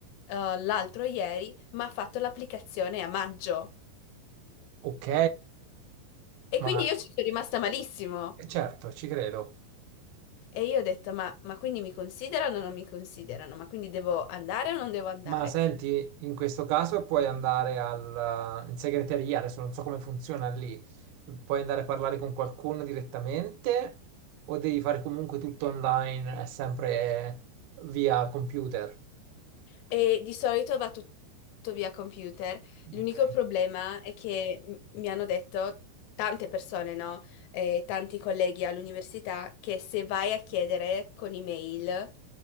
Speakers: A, on the left; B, on the right.
A: eh, l'altro ieri, ma ha fatto l'applicazione a maggio.
B: Ok,
A: E
B: ma
A: quindi io ci sono rimasta malissimo.
B: eh, certo, ci credo.
A: E io ho detto, ma, ma quindi mi considerano o non mi considerano? Ma quindi devo andare o non devo andare?
B: Ma senti, in questo caso puoi andare al, in segreteria, adesso non so come funziona lì, puoi andare a parlare con qualcuno direttamente o devi fare comunque tutto online, è sempre via computer?
A: E di solito va tut- tutto via computer. L'unico
B: Ok.
A: problema è che m- mi hanno detto tante persone, no? Eh, tanti colleghi all'università, che se vai a chiedere con email,